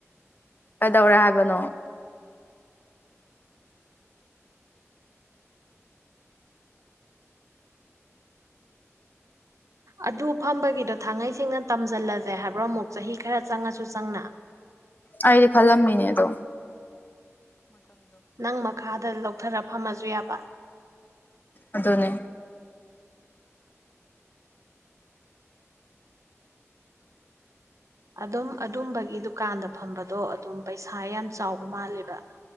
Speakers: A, on the left; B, on the right.
A: ꯀꯩꯗꯧꯔꯦ ꯍꯥꯏꯕꯅꯣ
B: ꯑꯗꯨ ꯐꯝꯕꯒꯤꯗꯣ ꯊꯥꯡꯉꯩꯁꯤꯡꯅ ꯇꯝꯁꯤꯜꯂꯁꯦ ꯍꯥꯏꯕ꯭ꯔꯣ ꯑꯃꯨꯛ ꯆꯍꯤ ꯈꯔ ꯆꯪꯉꯁꯨ ꯆꯪꯅ
A: ꯑꯩꯗꯤ ꯈꯜꯂꯝꯃꯤꯅꯦꯗꯣ
B: ꯅꯪ ꯃꯈꯥꯗ ꯂꯧꯊꯔ ꯐꯝꯃꯁꯨ ꯌꯥꯕ
A: ꯑꯗꯨꯗꯣꯅꯦ
B: ꯑꯗꯨꯝ ꯑꯗꯨꯝꯕꯒꯤ ꯗꯨꯀꯥꯟꯗ ꯐꯝꯕꯗꯣ ꯑꯗꯨꯝ ꯄꯩꯁꯥ ꯌꯥꯝ ꯆꯥꯎꯕ ꯃꯥꯜꯂꯦꯕ